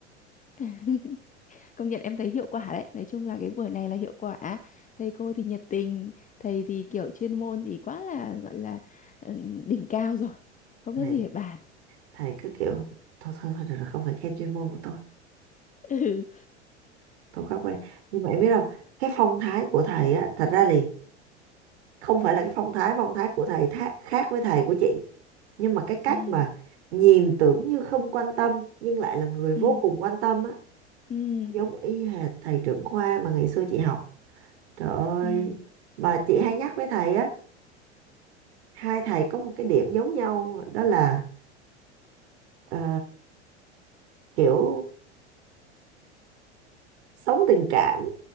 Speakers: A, on the left; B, on the right.
A: <laughs> Công nhận em thấy hiệu quả đấy Nói chung là cái buổi này là hiệu quả Thầy cô thì nhiệt tình Thầy thì kiểu chuyên môn thì quá là gọi là ừ, Đỉnh cao rồi Không
B: Thầy
A: có gì để bàn
B: thầy cứ kiểu thôi thôi thôi được rồi không phải khen chuyên môn của tôi
A: <laughs> Ừ
B: tôi quá quen nhưng mà em biết không cái phong thái của thầy á thật ra thì không phải là cái phong thái phong thái của thầy tha- khác với thầy của chị nhưng mà cái cách
A: Ừ
B: mà nhìn tưởng như không quan tâm nhưng lại là người vô
A: Ừ
B: cùng quan tâm á
A: Ừ
B: giống y hệt thầy trưởng khoa mà ngày xưa chị học trời ơi
A: Ừ.
B: mà chị hay nhắc với thầy á hai thầy có một cái điểm giống nhau đó là ờ, kiểu sống tình cảm